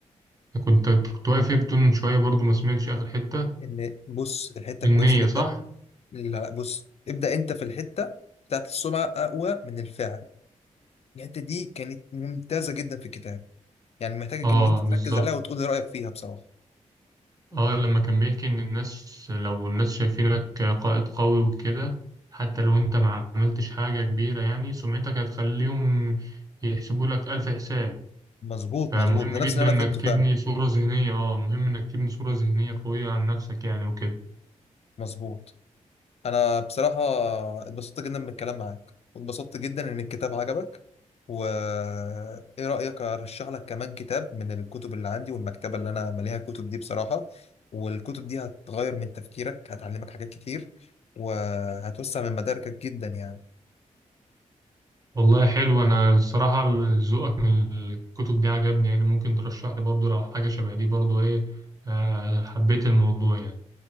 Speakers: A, on the right; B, on the left.
A: كنت كنت واقف إيه بتقول من شوية برضه ما سمعتش آخر حتة
B: ان بص الحتة
A: النية
B: كويسة جدا
A: صح؟
B: لا بص ابدأ انت في الحتة بتاعت السمعة اقوى من الفعل الحته دي كانت ممتازه جدا في الكتاب يعني محتاجك
A: اه
B: ان انت تركز
A: بالظبط
B: عليها وتقول لي رايك فيها بصراحه
A: اه لما كان بيحكي ان الناس لو الناس شايفينك قائد قوي وكده حتى لو انت ما عملتش حاجة كبيرة يعني سمعتك هتخليهم يحسبوا لك ألف حساب
B: مظبوط
A: فمهم
B: مظبوط ده
A: جدا
B: نفس اللي
A: انك
B: انا فهمته فعلا
A: تبني صورة ذهنية اه مهم انك تبني صورة ذهنية قوية عن نفسك يعني وكده
B: مظبوط انا بصراحه اتبسطت جدا من الكلام معاك واتبسطت جدا ان الكتاب عجبك وايه رايك ارشح لك كمان كتاب من الكتب اللي عندي والمكتبه اللي انا مليها كتب دي بصراحه والكتب دي هتغير من تفكيرك هتعلمك حاجات كتير وهتوسع من مداركك جدا يعني
A: والله حلو انا الصراحة ذوقك من الكتب دي عجبني يعني ممكن ترشح لي برضو لو حاجة شبه دي برضو ايه آه حبيت الموضوع يعني